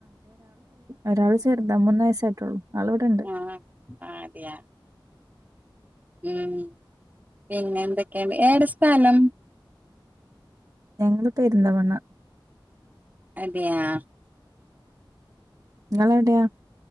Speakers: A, on the right (about 45°); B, on the right (about 20°).
A: ഒരാൾ ചെറുത മൂന്ന് വയസ്സായിട്ടുള്ളൂ ആളിവിടെണ്ട്
B: ആ അ അതിയാ ഉം പിന്നെ എന്തൊക്കെയ ഏടെ സ്ഥലം <inaudible>
A: ഞങ്ങള് പെരിന്തമണ്ണ
B: അതെയാ
A: ങ്ങളെവിടെയാ